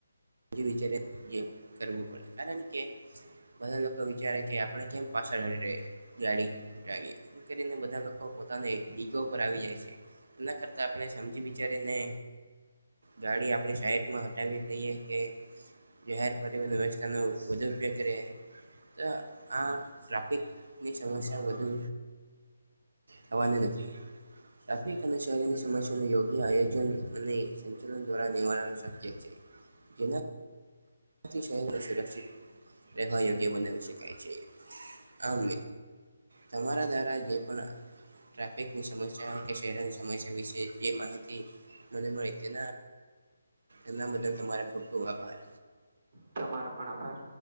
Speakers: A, on the right (about 80°); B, on the right (about 50°).
A: મજી વિચારે જે કરવું પડે, કારણ કે બધા લોકો વિચારે કે આપણે કેમ પાછળ લડી ર ગાડી <unintelligible> કરીને બધા લોકો પોતાની ઈગો પર આવી જાય છે એના કર તા આપણે સમજી વિચારીને ગાડી આપણી સાઈટમાં હટાવી દઈએ કે જાહેર પરિવહન વ્યવસ્થાનો વધુ ઉપયોગ કરે તો આ ટ્રાફિકની સમસ્યા વધુ થવાની નથી. ટ્રાફિક અને શહેરની સમસ્યાનું યોગ્ય આયોજન અને સંચલન દ્વારા નિવારણ શક્ય છે. એના શહેર સુરક્ષિત રહેવા યોગ્ય બનાવી શકાય છે આમ તમારા દ્વારા જે પણ ટ્રાફિકની સમસ્યા કે શહેરોની સમસ્યા વિશે જે માહિતી મને મળી એના બદલ તમારા ખૂબ ખુબ આભાર.
B: તો તમારો પણ આભાર.